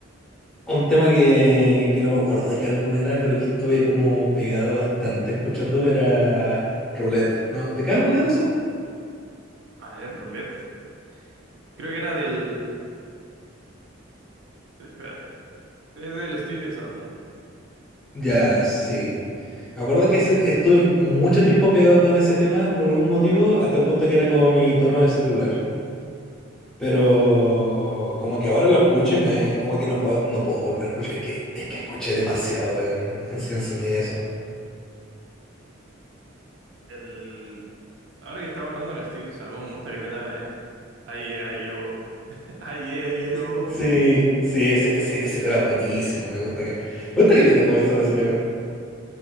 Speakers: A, in the centre; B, on the right (about 60°).
A: un tema que, que no me acuerdo de qué álbum era, pero que estuve como pegado bastante escuchándolo era Roulette. ¿No? ¿De qué álbum era ese?
B: A ver, Roulette. Creo que era del. Espérate. Es del Steelix Album.
A: Ya, sí. Me acuerdo que ese- estuve mucho tiempo pegado con ese tema por algún motivo, hasta el punto que era como mi tono de celular. Pero como que ahora lo escucho y me, eh, como que no puedo, no puedo volver a escuchar. Es que, es que escuché demasiado en, en Cien Sonido eso.
B: El. Ahora que estamos hablando del Steelix Album, me gusta que le da. Ay, ay, oh. <laughs> Ay, ay,
A: Ya.
B: oh.
A: Sí, sí, ese, ese, ese tema es buenísimo. Me gusta que, me gusta que le como sobre ese tema.